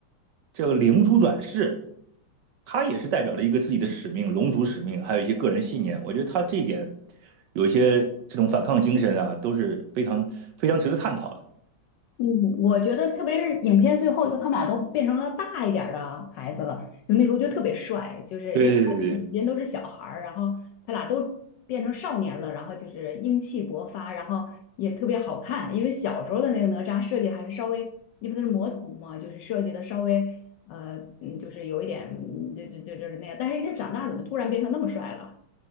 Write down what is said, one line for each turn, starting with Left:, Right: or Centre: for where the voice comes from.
Right: 这个灵珠转世，他也是代表了一个自己的使命、龙族使命，还有一些个人信念。我觉得他这一点有一些这种反抗精神啊，都是非常非常值得探讨的。
Left: 嗯，我觉得特别是影片最后，就他们俩都变成了大一点儿的孩子了，就那时候就特别帅，就是因为他们之间都是小孩儿，
Right: 对对对对，
Left: 然后他俩都变成少年了，然后就是英气勃发，然后也特别好看，因为小时候的那个哪吒设计还是稍微，因为他是魔童嘛，就是设计的稍微呃，嗯，就是有一点，嗯就就就就是那样，但是人家长大怎么突然变成那么帅了？